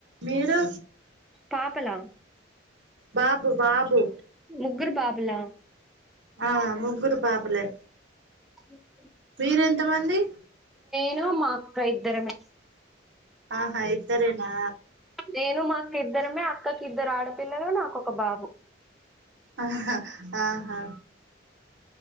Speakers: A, on the right; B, in the centre.
A: మీరు
B: పాపల
A: బాబు బాబు
B: ముగ్గురు బాబుల
A: ఆ ముగ్గురు బాబులే
B: <unintelligible>
A: మీరు ఎంత మంది
B: నేను మా అక్క ఇద్దరమే
A: ఆహా ఇద్దరేనా
B: నేను మాఅక్క ఇద్దరమే అక్కకిద్దరు ఆడపిల్లలు నాకొ ఒక బాబు
A: ఆహా ఆహా